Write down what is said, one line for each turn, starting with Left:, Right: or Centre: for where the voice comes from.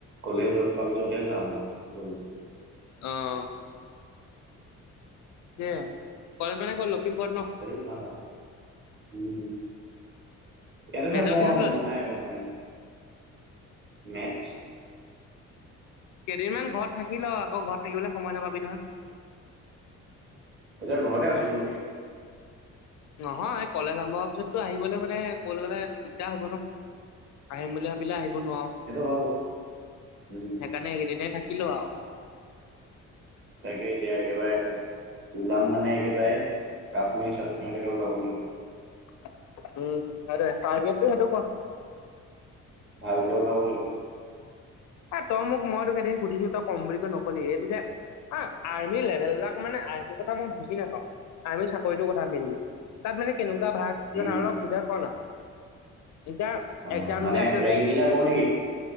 Right: গ'লে জইন কৰা পিছতহে যাম আৰু গ'লে।
Left: অ', কে কলেজ মানে কত লখিমপুৰত ন
Right: <unintelligible> ভালা উম। ইয়াতে
Left: মেজৰ
Right: থাকব
Left: কিহত
Right: আৰু
Left: ললি
Right: মন নাই এনেকুৱা মানে কৈছে মেথছ
Left: কেইদিনমান ঘৰত থাকি ল' আকৌ ঘৰত থাকিবলৈ সময় নাপাবি নহয়
Right: এতিয়া ঘৰতে আছো তো
Left: নহয় কলেজ আৰম্ভ হোৱাৰ পিছততো আহিবলে মানে কলৈ গ'লে দিগদাৰ হব ন'। আহিম বুলি ভাবিলে আহিব নোৱাৰো সেইকাৰণে
Right: সেইটো হয় বাৰু উম
Left: এইকেইদিনয়েই থাকি থাকি লওঁ আও।
Right: তাকে এতিয়া একেবাৰে ওলাম মানে একেটাই কাশ্মীৰ- চাস্মিৰ লৈকে ওলাব দিম।
Left: উম, সেইটোৱে তাৰগেটটো সেইটো কৰ।
Right: ভালকে ওলাব লাগিব।
Left: এ তই মোক মই তোক কেইদিন সুধিছো তই কম বুলি কৈ নকলি এইটো যে অ', আৰ্মি লেভেল বিলাক মানে আৰ্মিৰ কথা মই বুজি নাপাওঁ আৰ্মি চাকৰিটোৰ কথা মেইনলি তাত মানে কেনেকুৱা ভাগ কি
Right: উম
Left: কথা অলপ বুজাই ক' না এতিয়া
Right: অহ,
Left: এক্জাম
Right: মানে
Left: যে আছে
Right: ৰেংক কিতা কও নেকি?